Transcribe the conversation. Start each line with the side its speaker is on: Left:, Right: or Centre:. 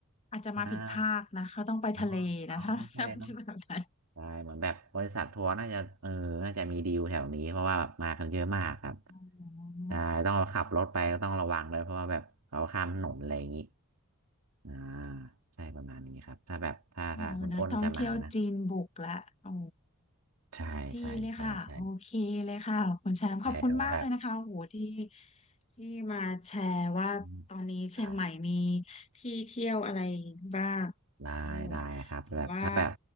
Left: อาจจะมาผิดภาคนะ
Right: อ่า
Left: เขาต้องไปทะเลนะถ้าถ้าเป็นแบบนั้น
Right: อ๋ออ๋อใช่เนาะ ใช่เหมือนแบบบริษัททัวร์น่าจะเออน่าจะมีดีลแถวนี้เพราะว่าแบบมากันเยอะมากครับ
Left: อ๋อ
Right: ใช่ต้องขับรถไปก็ต้องระวังเลยเพราะว่าแบบเขาข้ามถนนอะไรอย่างนี้อ่าใช่ประมาณนี้ครับถ้าแบบถ้าถ้าคุณอ้นจะมานะ
Left: อ๋อนะท่องเที่ยวจีนบุกละโอ้
Right: ใช่ใช่ใช่ใช่
Left: ดีเลยค่ะโอเคเลยค่ะคุณแชมป์ขอบคุณมากเลยนะคะโอ้โหที่
Right: ใช่เอาไว้แบบ
Left: ที่มาแชร์ว่าตอนนี้เชียงใหม่มี
Right: อืมไ
Left: ที่เที่ยวอะไรบ้าง
Right: ด้ได้ครับแบบถ้าแบบ
Left: โอ้ถือว่า